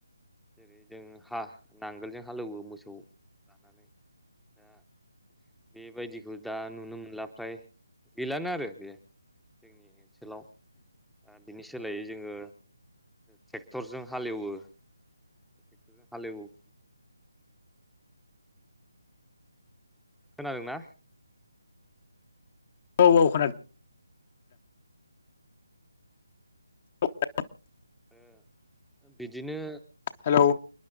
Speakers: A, in the centre; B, on the left.
A: जेरै जों हा नांगोलजों हालएवो मोसौ लानानै दा बेबायदिखौ दा नुनो मोनला फ्राय गैलानो आरो बेयो जोंनि ओनसोलाव ओ बिनि सोलायै जोङो ट्रेक्टरजों हालएवो ट्रेक्टरजों हालएवो खोनादोंना
B: औ औ खोनादों <inaudible>
A: आरो बिदिनो
B: हेलौ